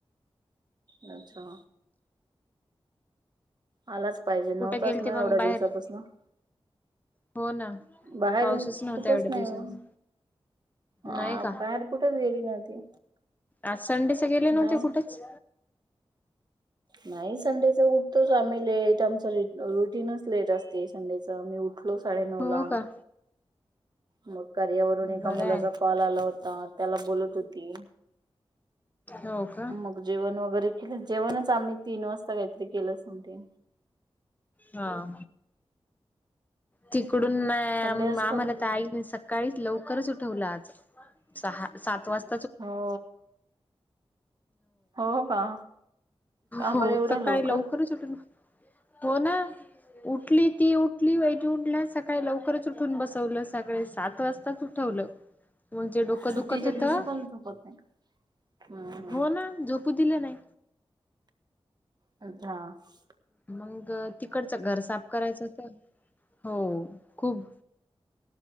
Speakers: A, on the right (about 45°); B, on the left (about 15°).
A: नाय च्छा आलाच पाहिजे
B: कुठे
A: नव्हताच
B: गेल ते
A: ना
B: मग
A: एवढ्या
B: बाहेर
A: दिवसापसनं
B: हो ना
A: बाहेर
B: पाऊसच नव्हता
A: कुठच
B: एवढ्या
A: नाही
B: दिवसात
A: ओ हा
B: नाही का
A: बाहेर कुठच गेली नव्हती
B: आज संडेचं गेले नव्हते
A: नाही
B: कुठच
A: नाही संडेचं उठतोच आम्ही लेट आमचं रू रुटीनच लेट असतय संडेचं तवा मी उठलो साडे नऊ
B: हो
A: ला
B: का
A: मग करियावरून एका
B: बरं
A: मुलाचा
B: आहे
A: कॉल आला होता त्याला बोलत होती
B: हो का
A: मग जेवण वगैरे केल जेवणच आम्ही तीन वाजता काहीतरी केलं समते
B: हा तिकडून आम्हाला
A: संडे असतो
B: तर आई नाही सकत सकाळी लवकरच उठवलं आज सहा सात वाजता
A: हो हो का का
B: हो
A: बरं एवढ्या
B: सकाळी
A: लवकर
B: लवकरच उठून हो ना उठली ती उठली वैजु उठल्या सकाळी लवकरच उठून बसवलं सगळे सात वाजताच उठवलं म्हणजे डोकं
A: सुट्टीच्या
B: दुखत होतं
A: दिवशी पण झोपत नाही का? हम्म हम्म.
B: हो ना झोपू दिलं नाय
A: अधास
B: मंग तिकडचं घर साफ करायचं होतं हो खूप